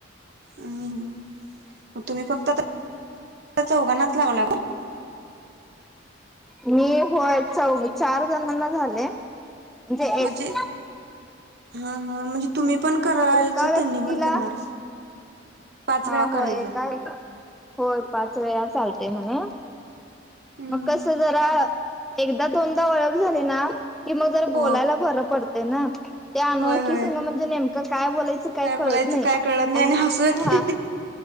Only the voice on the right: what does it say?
अम् मग तुम्ही फक्त आ चौघानाच लावला का?
म्हजे
हा हा म्हणजे तुम्ही पण कराचं
त्यांनी पण करणार. पाच
वेळा करायचं
हम्म
हो
होय होय
काय
बोलायचं
काय कळत नाही
हसू येतंय